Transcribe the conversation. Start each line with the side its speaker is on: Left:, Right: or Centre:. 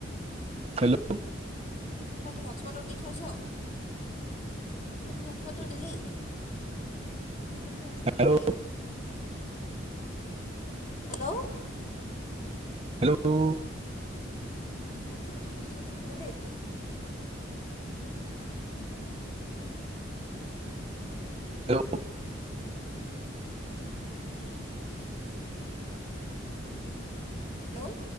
Right: হেল্ল'।
Left: তটো হটস্পটত দি থৈছ। এইটো হটস্পটতটো দিলি, এইটো হটস্পটতটো
Right: হেল্ল'
Left: দিলি। হেল্ল'।
Right: হেল্ল'।
Left: হটস্পটতটো দিছো, দিলি?
Right: হেল্ল'
Left: হেল্ল',